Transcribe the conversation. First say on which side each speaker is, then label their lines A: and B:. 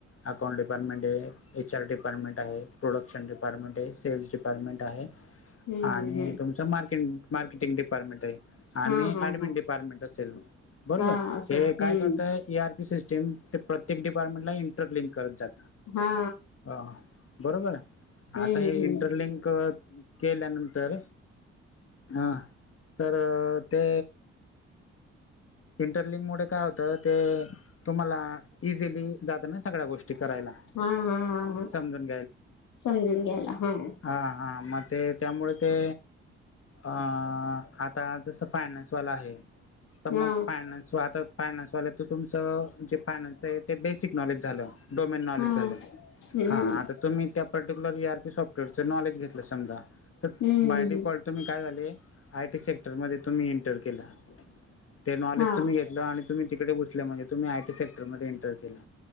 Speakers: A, on the left; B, on the left.
A: अकाउंट डिपार्टमेंट हे, एच आर डीपार्टमेंट आहे, प्रोडक्शन डिपार्टमेंट हे, सेल्स डिपार्टमेंट आहे
B: <inaudible>
A: आणि
B: हम्म
A: तुमचं मार्रकी, मार्केटिंग डिपार्टमेंट आहे. आणि
B: हम्म हम्म.
A: ऍडमिंन
B: हा हा
A: डिपार्टमेंट असेल बरोबर
B: हा हा असं
A: हे काय
B: हम्म
A: करतय ईआरपी सिस टीम ते प्रत्येक डिपार्टमेंट ला इंटर लिंक करत जात.
B: हा!
A: अ हा बरोबर
B: हम्म
A: आता हे
B: हम्म
A: इंटरलिंक
B: हम्म.
A: करत केल्यानंतर ह तर ते. इंटरलिंक मूळ काय होतं, ते तुम्हाला इझिली जात ना सगळ्या गोष्टी करायला.
B: हा-हा-हा
A: समजून
B: समजून घ्याला, हा.
A: हा-हा मग ते त्यामुळे ते अ, आता जस फायनान्सवाला आहे. तर
B: हा
A: मग फायनान्स वा आता फायनान्सवाल्या त तुमचं जे फायनान्स आहे, ते बेसिक नॉलेज झालं. डोमेन नॉलेज
B: हम्म.
A: झालं,
B: हम्म
A: हा आता तुम्ही त्या पर्टिक्युल ली ई-र-पी सॉफ्टवेअरच नॉलेज घेतलं समजा, तर
B: हम्म
A: बय डिफॉल्ट तुम्ही काय झालंय, आय-टी सेक्टर मध्ये तुम्ही इंटर केला, ते नॉलेज
B: हा
A: तुम्ही आणि तुम्ही तिकडे गुसल्या म्हणे, तुम्ही आय-टी सेक्टर मध्ये एंटर केला.